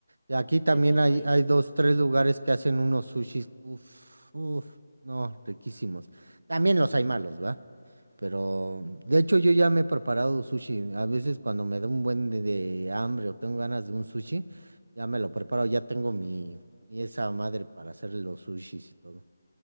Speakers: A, on the right; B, on the left.
A: Aquí
B: de
A: también
B: todo
A: hay,
B: y
A: hay
B: de
A: dos, tres lugares que hacen unos sushis, uff, uff, no, riquísimos. También los hay malos, ¿va? Pero, de hecho, yo ya me he preparado sushi. A veces cuando me da un buen de, de hambre o tengo ganas de un sushi, ya me lo preparo, ya tengo mi, mi esa madre para hacer los sushis y todo.